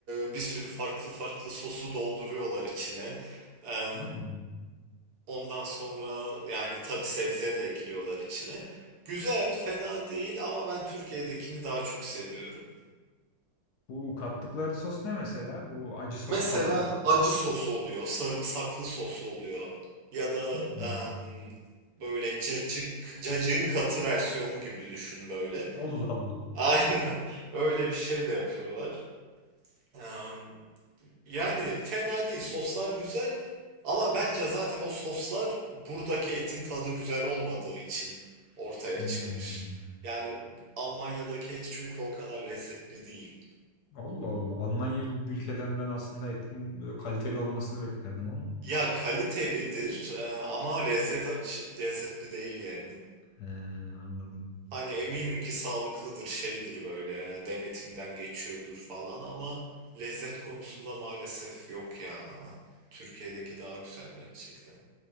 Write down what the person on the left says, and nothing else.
Hmm.
Bu kattıkları sos ne mesela? Bu acı sos
falan mı?
Hmm.
Allah Allah.
Hmm.
Allah Allah. Almanya gibi bir ülkeden ben aslında etin böyle kaliteli olmasını beklerdim ama.
He, anladım.